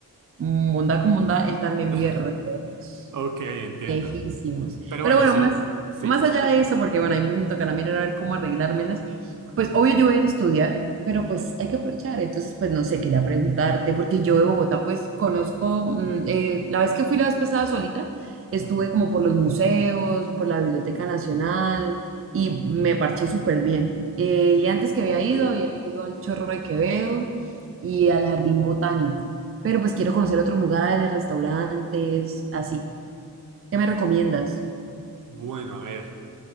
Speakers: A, on the right (about 40°); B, on the right (about 60°).
A: Bondad con bondad, él también
B: <laughs>
A: vive re lejos.
B: Ok, entiendo.
A: Lejísimos.
B: Pero
A: Pero
B: bueno,
A: bueno,
B: sí,
A: más,
B: sí.
A: más allá de eso, porque bueno, ahí me, me tocará mirar a ver cómo arreglármelas, pues obvio yo voy a ir a estudiar, pero pues hay que aprovechar. Entonces, pues no sé, quería preguntarte, porque yo de Bogotá pues conozco, mm, eh, la vez que fui la vez pasada solita, estuve
B: Ujú,
A: como por los museos, por la Biblioteca Nacional y me parché súper bien. Eh, y antes que había
B: Ok.
A: ido, había ido al Chorro de Quevedo y al Jardín Botánico, pero pues quiero conocer otros lugares, restaurantes, así. ¿Qué me recomiendas?
B: Bueno, a ver.